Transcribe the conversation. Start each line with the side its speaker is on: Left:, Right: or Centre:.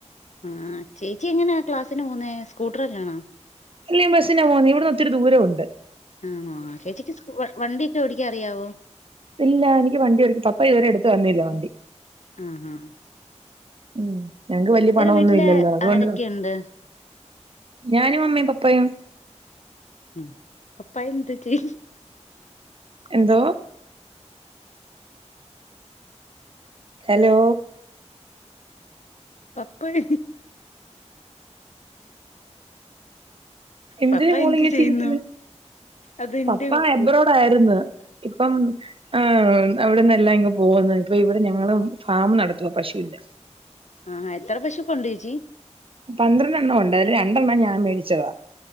Left: ആ ചേച്ചി എങ്ങനെയാ ക്ലാസ്സിന് പോന്നേ സ്കൂട്ടർന്നാണോ
Right: ലൈൻ ബസ്റ്റാണ് ബസ്സിനെ പോകുന്നെ ഇവിടെന്ന് ഒത്തിരി ദൂരംണ്ട്
Left: ആണോ ചേച്ചിക്ക് സ്കു വണ്ടിയൊക്കെ ഓടിക്ക അറിയാവോ
Right: ഇല്ല എനിക്ക് വണ്ടി ഓടിക്കാൻ പപ്പ ഇതുവരെ എടുത്ത് തന്നില്ല വണ്ടി
Left: ആ ആ
Right: ഉം ഞങ്ങക്ക് വല്യ പണൊന്നുംല്ലല്ലോ
Left: വീട്ടില്
Right: അതുകൊണ്ട്
Left: ആരൊക്കെയുണ്ട്
Right: ഞാനും അമ്മയും പപ്പയും.
Left: ഉം പപ്പായെന്തറ്റി.
Right: എന്തൊ ഹലൊ.
Left: പപ്പഴ്
Right: എന്തിന്
Left: പപ്പ
Right: മോള്.
Left: എന്ത്
Right: അങ്ങെനെചിരിക്കുന്നെ.
Left: ചെയ്യുന്നു അതെന്റെ
Right: പപ്പാ എബ്രോടായിര്ന്ന്.
Left: കൂട്ട്
Right: ഇപ്പം ആ അവിടെന്നല്ലാം ഇങ് പോന്നു. ഇപ്പൊ ഇവിടെ ഞങ്ങള് ഫാമ് നടത്തുവാ പശുവിന്റെ
Left: ആ എത്ര പശൊക്കണ്ട് ചേച്ചി.
Right: പന്ത്രണ്ടെണ്ണം ഉണ്ട്. അതില് രണ്ടെണ്ണം ഞാൻ മേടിച്ചതാ..